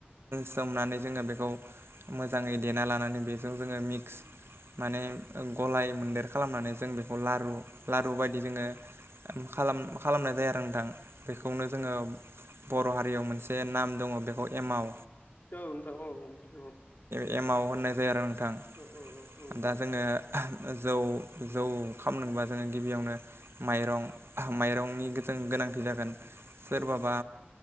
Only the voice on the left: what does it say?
औथ औ औ
औ औ नोंथां
औ